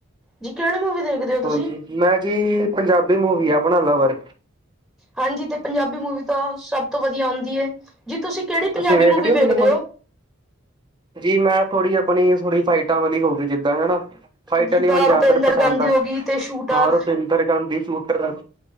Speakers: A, in the centre; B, on the right.
A: ਜੀ ਕਿਹੜੀ ਮੂਵੀ ਦੇਖਦੇ ਹੋ ਤੁਸੀਂ
B: ਹਾਂਜੀ ਮੈਂ ਜੀ, ਪੰਜਾਬੀ ਮੂਵੀ ਆ ਆਪਨਾ ਲਵਰ
A: ਹਾਂਜੀ, ਤੇ ਪੰਜਾਬੀ ਮੂਵੀ ਤੋ ਸਭ ਤੋ ਵਦੀਆ ਹੁੰਦੀ ਏ, ਜੀ ਤੁਸੀ ਕੇੜੀ
B: ਤੁਸੀਂ
A: ਪੰਜਾਬੀ ਮੂਵੀ
B: ਹੋ ਫਿਲਮ
A: ਵੇਖਦੇ ਓ?
B: ਜੀ, ਮੈਂ ਥੋੜੀ ਆਪਨੀ, ਥੋੜੀ ਫਾਈਟਾਂ ਵਾਲੀ ਹੋਗੀ ਜਿੱਦਾਂ, ਹੈਣਾ ਫਾਈਟ
A: ਜਿੱਦਾਂ
B: ਆਲੀ ਮੈਨੂੰ ਜਿਆਦਾਤਰ
A: ਰੁਪਿੰਦਰ
B: ਪਸੰਦ
A: ਗਾਂਧੀ
B: ਆ,
A: ਹੋ ਗਈ ਤੇ ਸ਼ੂਟਰ
B: ਰੁਪਿੰਦਰ ਗਾਂਧੀ ਸ਼ੂਟਰ